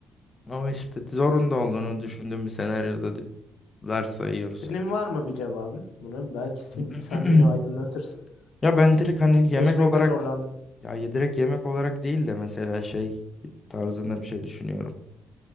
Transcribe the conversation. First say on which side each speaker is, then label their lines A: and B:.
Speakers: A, on the left; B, on the left.
A: ama işte zorunda olduğunu düşündüğüm bir senaryoda di- varsayıyoruz.
B: Senin var mı bir cevabın buna? Belki sen,
A: <clears throat>
B: sen beni aydınlatırsın.
A: Ya ben direkt hani yemek
B: Seçmekte
A: olarak
B: zorlandım.
A: ya ye- direkt yemek olarak değil de mesela şey tarzında bir şey düşünüyorum.